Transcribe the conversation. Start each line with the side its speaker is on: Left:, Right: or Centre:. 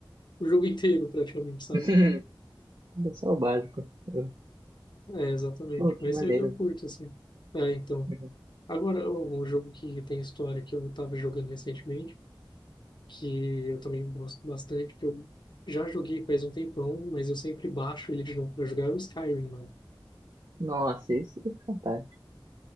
Left: o jogo <laughs> inteiro, praticamente, sabe?
Right: <laughs> É só o básico. Eu-
Left: É, exatamente.
Right: Pô, que
Left: Mas
Right: maneiro.
Left: eu, eu curto, assim. É, então.
Right: Uhum.
Left: Agora, um jogo que tem história que eu tava jogando recentemente, que eu também gosto bastante, que eu já joguei faz um tempão, mas eu sempre baixo ele de novo pra jogar, é o Skyrim, mano.
Right: Nossa, esse é fantástico.